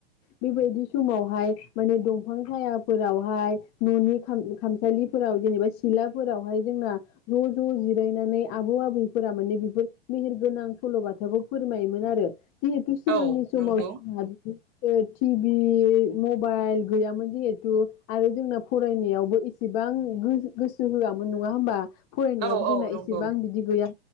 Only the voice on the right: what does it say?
औ
नंगौ
औ
औ नंगौ